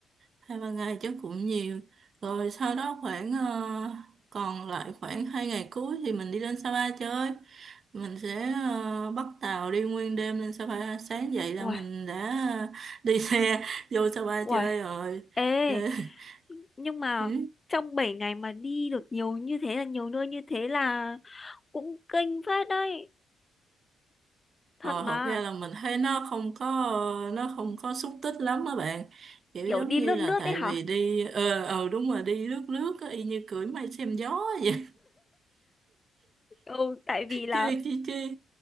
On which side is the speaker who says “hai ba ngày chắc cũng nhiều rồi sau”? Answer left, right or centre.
Right